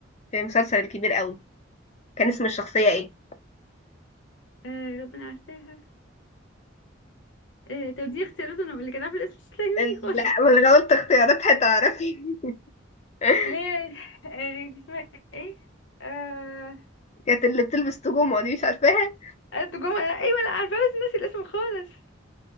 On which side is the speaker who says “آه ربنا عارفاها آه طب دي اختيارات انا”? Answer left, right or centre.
Left